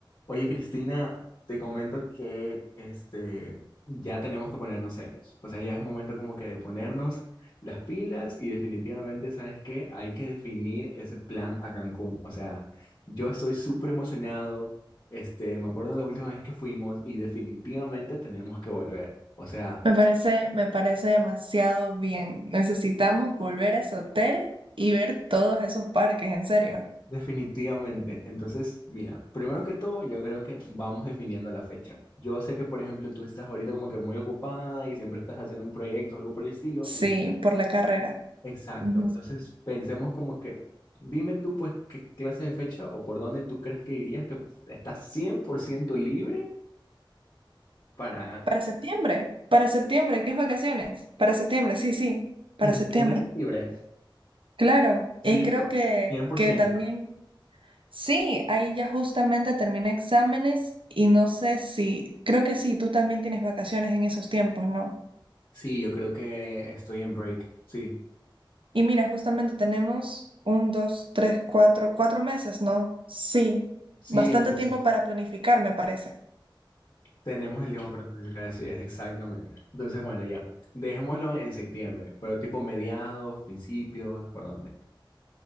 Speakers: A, on the left (about 45°); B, on the right (about 80°).
A: Oye, Cristina, te comento que este, ya tenemos que ponernos serios. O sea, ya es momento como que de ponernos las pilas y definitivamente, ¿sabes qué? Hay que definir ese plan a Cancún. O sea, yo estoy súper emocionado. Este, me acuerdo la última vez que fuimos y definitivamente tenemos que volver. O sea,
B: Me parece, me parece demasiado bien. Necesitamos volver a ese hotel y ver todos esos parques, en serio.
A: definitivamente. Entonces, mira, primero que todo, yo creo que vamos definiendo la fecha. Yo sé que, por ejemplo, tú estás ahorita como que muy ocupada y siempre estás haciendo un proyecto o algo por el estilo.
B: Sí, por la carrera.
A: Exacto.
B: Ujú.
A: Entonces, pensemos como que, dime tú, pues, qué clase de fecha o por dónde tú crees que irías, que estás 100% libre para...
B: Para septiembre, para septiembre, ¿qué es vacaciones? Para septiembre, sí, sí, para
A: En septiembre
B: septiembre.
A: estás libre.
B: Claro,
A: Sí,
B: y creo
A: pero
B: que,
A: cien por
B: que
A: ciento.
B: también, sí, ahí ya justamente terminé exámenes y no sé si, creo que sí, tú también tienes vacaciones en esos tiempos, ¿no?
A: Sí, yo creo que estoy en break. Sí,
B: Y mira, justamente tenemos un, dos, tres, cuatro, cuatro meses, ¿no? Sí,
A: sí,
B: bastante
A: el mes.
B: tiempo para planificar, me parece.
A: Tenemos el tiempo para planificar, así es, exactamente. Entonces, bueno, ya. Dejémoslo en septiembre, pero tipo mediados, principios, por dónde.